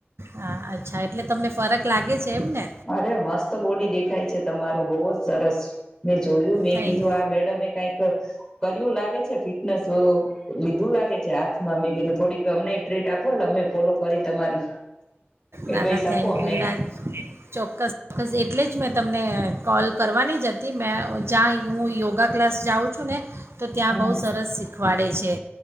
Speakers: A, on the right; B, on the left.
A: હા અચ્છા એટલે તમને ફરક લાગે છે એમ ને
B: અરે મસ્ત બોડી દેખાય છે તમારું બોહ જ સરસ મે જોયું મેં
A: થેન્ક
B: કીધું આ મેડમે કઈક કર્યું લાગે છે ફિટનેસ લીધું લાગે છે હાથમાં મેું થોડીક અમને ટ્રીટ આપો એટ અમે ફોલો કરી તમારી એડવાઈસ
A: ના ના
B: આપો
A: થેન્ક
B: અમને
A: યુ ના ચોક્કસ ચોક્કસ એટલે જ મેં તમને કોલ કરવાની જ હતી મેં જ્યાં હું યોગા ક્લાસ જાઉં છું ને તો ત્યાં
B: હમ
A: બહુ સરસ શીખવાડે છે